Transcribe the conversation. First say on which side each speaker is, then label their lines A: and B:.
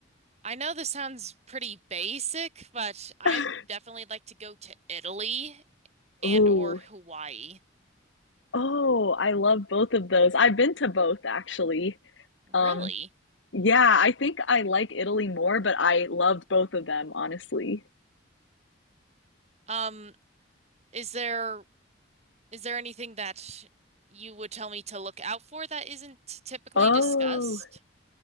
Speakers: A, on the right; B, on the left.
A: I know this sounds pretty basic, but I'd
B: <laughs>
A: definitely like to go to Italy and
B: Ooh.
A: or Hawaii.
B: Oh, I love both of those. I've been to both actually.
A: Really?
B: Um, yeah, I think I like Italy more, but I loved both of them, honestly.
A: Um, is there is there anything that you would tell me to look out for that isn't typically
B: Oh,
A: discussed?